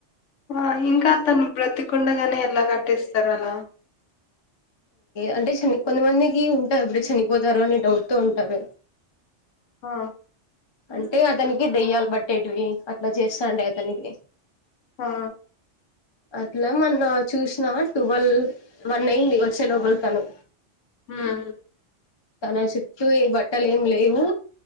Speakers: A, on the left; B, on the left.
A: ఆ ఇంకా అతను బ్రతి కుండగానే ఎలా కట్టిస్తారులా
B: అంటే చని కొంతమందికి ఉంటాద్ ఎప్పుడే చనిపోతారు అని డౌట్ తో ఉంటారు
A: ఆ
B: అంటే అతనికి దెయ్యాాల పట్టేటివి అట్ల చేస్తాండి అతనికి
A: హా
B: అట్ల మోనా చూసిన టువల్ వన్ అయింది వచ్చే లో వెలుతాను
A: హ్మ్
B: తన చుట్టూ ఏ బట్టలు ఏం లేవు